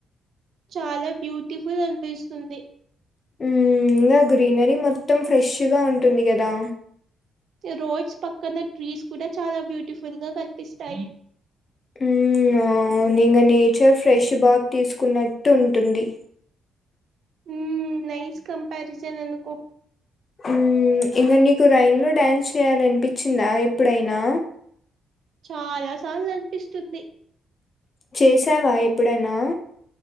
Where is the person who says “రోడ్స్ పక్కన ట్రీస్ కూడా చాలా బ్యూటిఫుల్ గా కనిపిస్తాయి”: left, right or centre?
Right